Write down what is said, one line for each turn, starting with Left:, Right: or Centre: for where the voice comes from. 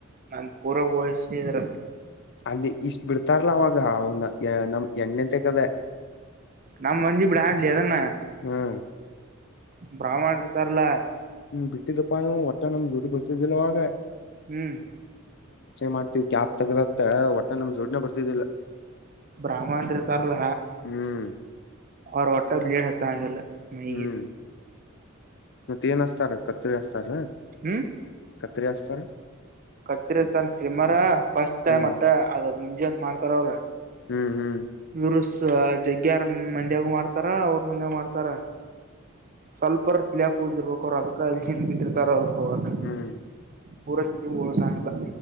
Right: ನಾ ಪೂರ ಹಳಸಿದ್ರ
Left: ಅದ ಇಷ್ಟ್ ಬಿಡ್ತಾರಲ್ಲ ಅವಾಗ ಅವ ನಮ್ ಎಣ್ಣೆ ತಗದೆ
Right: ನಮ್ಮ ಮಂದ ಇ ಬಿಡ ಆನ್ಲಿದಾನ
Left: ಹ್ಮ್
Right: ಬಹ್ಮಣರು ತರಲ
Left: ಹ್ಮ್ ಬಿಟ್ಟಿದಪ್ಪಾ ನೀವು ಒಟ್ಟ ನಮ್ ಜೋಡಿ ಬರ್ತಿದ್ದಲ್ವಾಗ
Right: ಹ್ಮ್
Left: ಮಾಡ್ತೀವಿ ಕ್ಯಾಪ್ ತಗದತ್ತ ಒಟ್ಟ ನಮ್ ಜೋಡಿನ ಬರ್ತಿದ್ದಿಲ್ಲ
Right: ಬ್ರಹ್ಮ ರ್
Left: ಹ್ಮ್
Right: ಅವ್ರ ಹೊಟ್ಟ ಬ್ಲೇಡ್ ಹಚ್ಚಂಗಲ್ಲ ಮೈಗೆ
Left: ಹ್ಮ್ ಮತ್ತ ಏನ್ಸ್ತಾರ ಕತ್ರಿ ಹಸ್ತಾರ
Right: ಹ್ಮ್
Left: ಕತ್ರಿ ಹಸ್ತಾರ
Right: ಕತ್ರಿ ಸನ್ ಟಮರ ಫಸ್ಟ್ ಟೈಮ್
Left: ಹ್ಮ್
Right: ಅಟ್ಟ ಅದ ಮುಂಜೆಂತ ಮಾಡ್ತಾರ ಅವ್ರ
Left: ಹ್ಮ್ ಹ್ಮ್
Right: ಇವರು ಜಗ್ಗ್ಯಾರ್ ಮಂದ್ಯಾಗ ಮಾಡ್ತಾರ ಅವ್ರ ಮಂದ್ಯಾಗ ಮಾಡ್ತಾರ ಸ್ವಲ್ಪ ತಿಳಿಯಾಕ ಹದಿರ್ಬೇಕ ಅವ್ರು ಅದಕ್ಕಲ್ಲಿ ಏನ್ ಬಿಟ್ಟಿರ್ತಾರ ಅವರು ಅವಾಗ
Left: ಹ್ಮ್ ಹ್ಮ್
Right: ಪೂರ ತಿ ನೀವು ಓಳಸಲ್ಲ